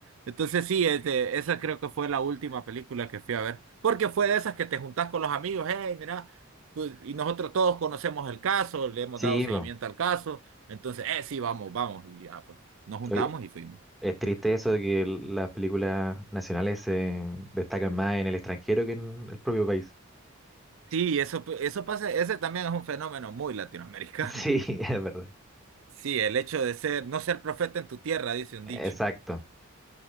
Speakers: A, on the right (about 60°); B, in the centre.
A: Entonces sí, este, esa creo que fue la última película que fui a ver, porque fue de esas que te juntás con los amigos, hey, mira, pues, y nosotros todos conocemos el caso, le hemos
B: Sí,
A: dado seguimiento
B: bueno.
A: al caso, entonces, eh, sí, vamos, vamos, y ya, pues, nos juntamos
B: Oye,
A: y fuimos.
B: es triste eso de que el- las películas nacionales se destacan más en el extranjero que en el propio país.
A: Sí, eso, eso pasa, ese también es un fenómeno muy latinoamericano.
B: <laughs> Sí,
A: <laughs>
B: es verdad.
A: Sí, el hecho de ser, no ser profeta en tu tierra, dice un
B: Exacto.
A: dicho.